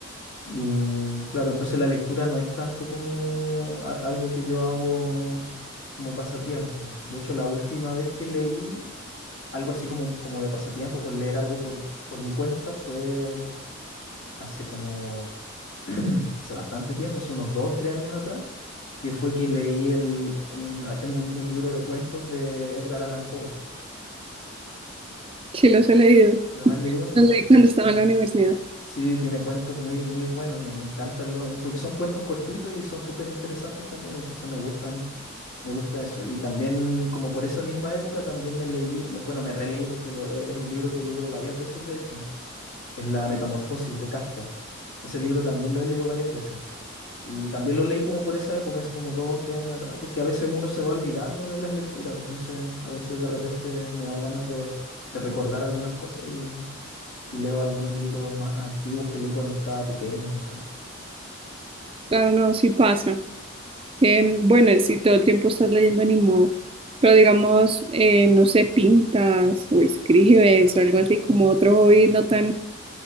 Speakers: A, on the left; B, on the right.
A: Y claro, entonces la lectura no es tanto como a- algo que yo hago como pasatiempo. De hecho, la última vez que leí algo así como, como de pasatiempo, por leer algo por, por mi cuenta, fue hace como, <clears throat> hace bastante tiempo, hace unos dos o tres años atrás, que fue que leí el, un- ah, tengo un, un libro de cuentos de Edgar Allan Poe.
B: Sí, los he leído.
A: ¿Los has leído?
B: Los leí cuando estaba en la universidad.
A: Sí, tiene cuentos muy, muy buenos, me, me encantan los, porque son cuentos cortitos y son súper interesantes también, entonces me gustan, me gusta eso. Y también, como por esa misma época, también me leí, me- bueno, me releí porque lo- es es un libro que he leído varias veces, de hecho, es La Metamorfosis de Kafka. Ese libro también lo he leído varias veces. Y también lo leí como por esa época, hace como dos, tres años atrás, porque a veces uno se va olvidando de las lecturas, entonces a veces de repente me dan ganas de, de recordar algunas cosas y leo algunos libros más antiguos que leí cuando estaba pequeño, no sé.
B: Claro, no, sí pasa. Em, bueno, y si todo el tiempo estás leyendo, ni modo. Pero digamos, eh, no sé, pintas o escribes o algo así como otro hobby no tan...